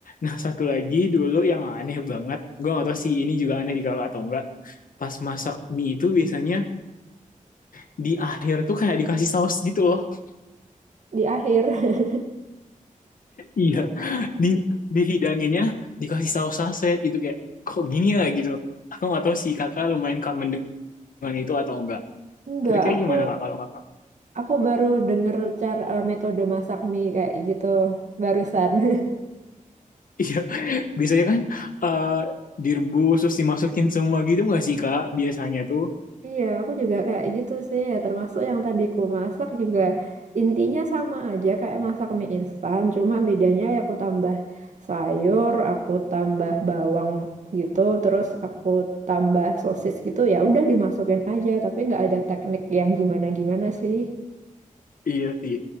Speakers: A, on the left (about 85°); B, on the right (about 60°).
A: Nah satu lagi dulu yang aneh banget, gue gak tau sih ini juga aneh di kakak atau enggak. Pas masak mie itu biasanya di akhir tuh kayak dikasih saus gitu loh.
B: Di akhir. <laughs>
A: Iya, <laughs> di dihidanginnya dikasih saus saset gitu kayak kok gini ya gitu. Aku gak tau sih kakak lumayan kangen dengan itu atau enggak.
B: Enggak,
A: Kira-kira
B: aku
A: gimana kak kalau kakak?
B: aku baru denger cara eh, metode masak mie kayak gitu barusan. <laughs>
A: Iya, <laughs> biasanya kan eh, direbus terus dimasukin semua gitu nggak sih Kak? Biasanya tuh.
B: Iya, aku juga kayak gitu sih ya. Termasuk yang tadi ku masak juga intinya sama aja kayak masak mie instan. Cuma bedanya ya aku tambah sayur, aku tambah bawang gitu, terus aku tambah sosis gitu. Ya udah dimasukin aja, tapi nggak ada teknik yang gimana-gimana sih.
A: Iya sih.